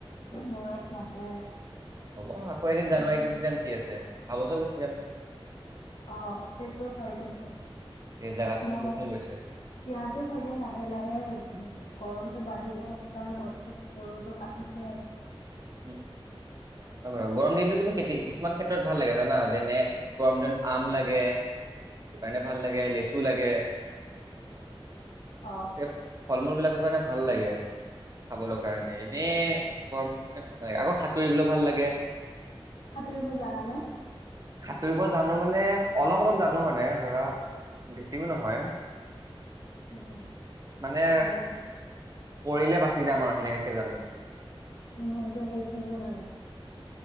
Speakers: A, on the left; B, on the right.
A: বৰফ নপৰে
B: হ'ব আকৌ এদিন জানুৱাৰীত
A: তাকে
B: গুচি যাম কি আছে অহা বছৰ গুচি যাম
A: অ সেইটো হয় কিন্তু
B: এই জেগাতনো
A: নহয়
B: ক'তনো গৈছে
A: ইয়াতো চাগে লাহে লাহে গৰমতটো বাঢ়িব কাৰণ গছত গৰুটো কাটিছে আৰু
B: উম হয় বাৰু গৰম দিনটো কিন্তু কেটি কিছুমান ক্ষেত্ৰত ভাল লাগে জানা যেনে গৰম দিনত আম লাগে সেইকাৰণে ভাল লাগে লে লিচু লাগে
A: অ
B: এই ফল মূল বিলাকৰ কাৰণে ভাল লাগে খাবলৈ কাৰণে এনেই গৰমটো আকৌ সাঁতুৰিবলৈ ভাল লাগে
A: সাঁতুৰিব জানানে
B: সাঁতুৰিব জানো মানে অলপ অলপ জানো মানে ধৰা বেছিও নহয়
A: উম
B: মানে
A: ভালে
B: পৰিলে বাচি যাম আৰু সেনেকাকে জানো।
A: মইতো সেইখিনিও লাগে নাই।